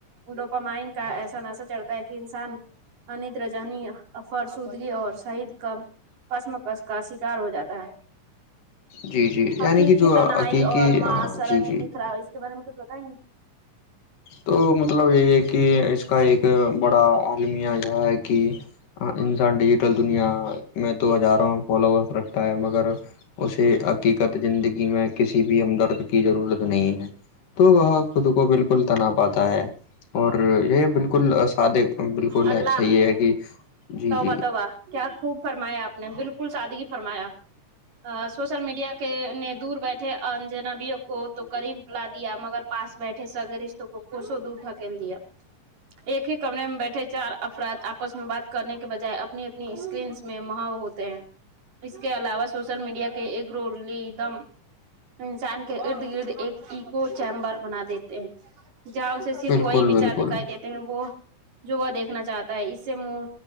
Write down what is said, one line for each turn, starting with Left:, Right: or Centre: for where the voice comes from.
Right: ڈوپامائن کا ایسا ناسا چڑتا ہے کہ انسان انت رجانی افر سودگی اور شہید کام کسم کس کا شکار ہو جاتا ہے
Left: جی جی یعنی
Right: حقیقی
Left: کہ جو
Right: تنہائی
Left: حقیقی
Right: اور معاشرتی
Left: ہاں، جی جی
Right: بکھراؤ اس کے بارے میں کچھ بتائیں گے
Left: تو مطلب یہی ہے کہ اس کا ایک بڑا عالمیہ یہ ہے کہ انسان ڈیجیٹل دنیا میں تو جا رہا ہوں فالوورس رکھ ہے مگر اسے حقیقت زندگی میں کیا کسی بھی ہمدرد کی ضرورت نہیں ہے تو وہ خود کو بالکل تنا پاتا ہے اور یہ بالکل سادے بالکل
Right: اللہ
Left: ہے صحیح ہے کہ جی
Right: توبہ
Left: جی
Right: توبہ کیا خوب فرمایا آپ نے بالکل سادی فرمایا سوشل میڈیا کے نے دور بیٹھے انجنبیوں کو تو قریب لا دیا مگر پاس بیٹھے س اگر رشتوں کو کوشو دور ڈھکن دیا ایک ہی کمرے میں بیٹھے چار افراد آپس میں بات کرنے کے بجائے اپنی اپنی اسکرینس میں ماو ہوتی اس کے علاوہ سوشل میڈیا کے ایک رول دم انسان کے ارد گرد ایک ایو چیمبر بنا دیتے ہیں جہ اسے
Left: بالکل
Right: کوئی بچار
Left: بالکل
Right: دکھائی دیتے ہیں وہ جو وہ دیکھنا چاہتا ہے اس سے م